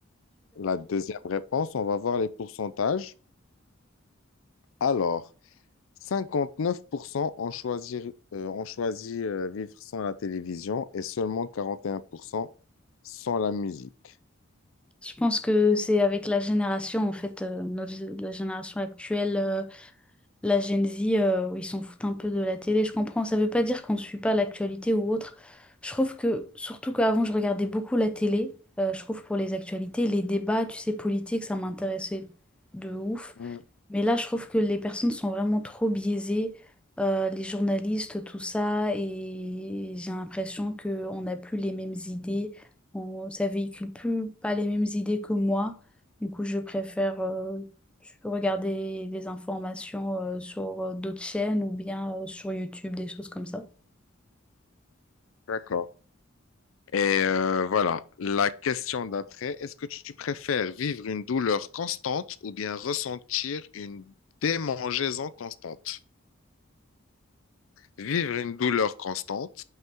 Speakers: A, on the left; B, in the centre.
A: la deuxième réponse, on va voir les pourcentages. Alors, 59% ont choisi, euh, ont choisi euh, vivre sans la télévision et seulement 41% sans la musique.
B: Je pense que c'est avec la génération, en fait, euh, notre, la génération actuelle, euh, la Gen Z, euh, où ils s'en foutent un peu de la télé, je comprends. Ça veut pas dire qu'on ne suit pas l'actualité ou autre. Je trouve que, surtout qu'avant, je regardais beaucoup la télé, euh, je trouve pour les actualités, les débats, tu sais, politiques, ça m'intéressait de ouf.
A: Hmm,
B: Mais là, je trouve que les personnes sont vraiment trop biaisées, euh, les journalistes, tout ça, et j'ai l'impression qu'on n'a plus les mêmes idées, on, ça véhicule plus pas les mêmes idées que moi. Du coup, je préfère euh, regarder des informations euh, sur euh, d'autres chaînes ou bien euh, sur YouTube, des choses comme ça.
A: d'accord. Et euh, voilà, la question d'après, est-ce que tu préfères vivre une douleur constante ou bien ressentir une démangeaison constante? Vivre une douleur constante